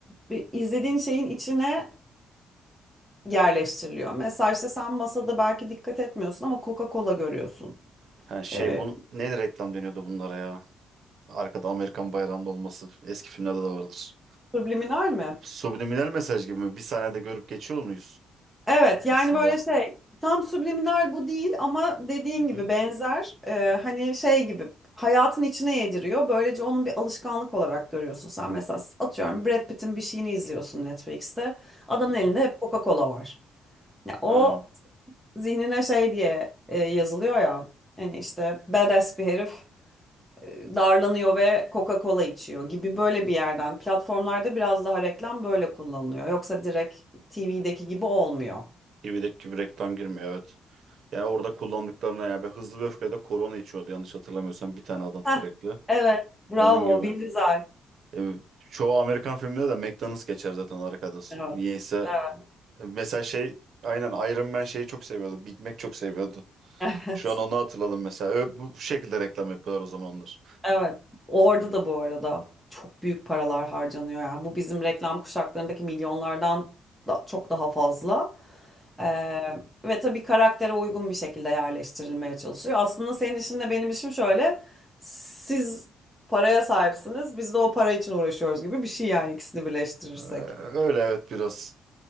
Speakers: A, in the centre; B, on the right (about 60°).
A: Bir izlediğin şeyin içine yerleştiriliyor. Mesela işte sen masada belki dikkat etmiyorsun ama Coca-Cola görüyorsun.
B: Ha, şey
A: Ee,
B: bunu ne reklam deniyordu bunlara ya? Arkada Amerikan bayrağının olması eski filmlerde de vardır.
A: subliminal mi?
B: Subliminal mesaj gibi mi? Bir sahnede görüp geçiyor muyuz
A: Evet yani
B: aslında?
A: böyle şey tam subliminal bu değil ama dediğin
B: Hı hı,
A: gibi benzer Ee, hani şey gibi hayatın içine yediriyor. Böylece onun bir alışkanlık olarak görüyorsun sen. Mesela atıyorum Brad Pitt'in bir şeyini izliyorsun Netflix'te. Adamın
B: hı
A: elinde
B: hı.
A: hep Coca-Cola var. Ya o
B: Ha,
A: zihnine şey diye e, yazılıyor ya. Hani işte badass bir herif e, darlanıyor ve Coca-Cola içiyor gibi böyle bir yerden. Platformlarda biraz daha reklam böyle kullanılıyor. Yoksa direkt TV'deki gibi olmuyor.
B: TV'deki gibi reklam girmiyor evet. Yani orada kullandıklarına ya ben Hızlı ve Öfkede korona içiyordu yanlış hatırlamıyorsam bir tane adam sürekli.
A: Heh, evet. Bravo.
B: Onun gibi.
A: Vin Diesel.
B: E, çoğu Amerikan filminde de McDonald's geçer zaten arkada.
A: Evet.
B: Niyeyse
A: Evet.
B: e, mesela şey aynen Iron Man şeyi çok seviyordu. Big Mac çok seviyordu.
A: <laughs> Evet.
B: Şu an onu hatırladım mesela. Ö, bu, bu şekilde reklam yapıyorlar o zamanlar.
A: Evet. Orada da bu arada çok büyük paralar harcanıyor yani. Bu bizim reklam kuşaklarındaki milyonlardan da çok daha fazla. Ee, ve tabii karaktere uygun bir şekilde yerleştirilmeye çalışıyor. Aslında senin işin de benim işim şöyle. Siz paraya sahipsiniz. Biz de o para için uğraşıyoruz gibi bir şey yani ikisini birleştirirsek.
B: Ee, Öyle evet biraz.